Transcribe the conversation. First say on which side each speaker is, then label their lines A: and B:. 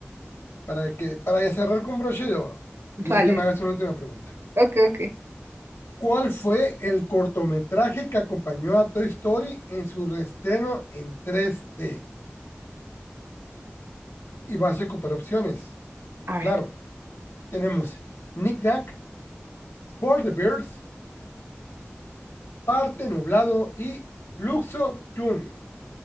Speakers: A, on the left; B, on the right.
A: para que, para cerrar con broche de oro, ya
B: <laughs>
A: que
B: vale.
A: me hagas una última pregunta.
B: Ok, ok.
A: ¿Cuál fue el cortometraje que acompañó a Toy Story en su reestreno en 3D? Y vas a ocupar opciones.
B: A ver.
A: Claro, tenemos Nick Nack, For the Birds, Parte Nublado y Luxo Junior.